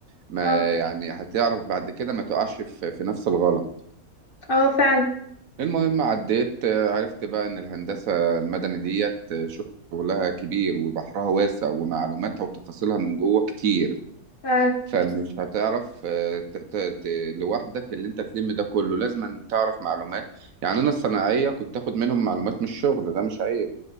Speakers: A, on the right; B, on the left.
A: ما
B: اه
A: يعني هتعرف بعد كده ما تقعش في في نفس الغلط
B: اه فعلا
A: المهم عديت آه، عرفت بقى ان الهندسة المدني ديت آه، شغلها كبير وبحرها واسع ومعلوماتها وتفاصيلها من جوه كتير
B: فعلا
A: فمش هتعرف آه، ت- ت- ت- لوحدك اللي انت تلم ده كله لازم أن تعرف معلومات يعني انا الصناعية كنت تاخد منهم معلومات من الشغل ده مش عيب